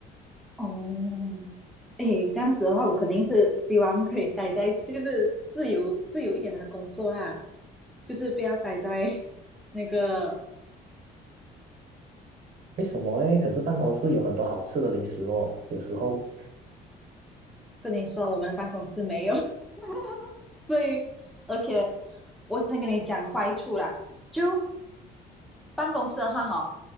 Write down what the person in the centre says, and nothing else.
哦，诶，这样子的话，我肯定是希望可以待在就是自由自由一点的工作啦，就是不要待在那个
跟你说我们的办公室没有，<laughs> 所以而且我先跟你讲坏处啦，就办公室的话哈，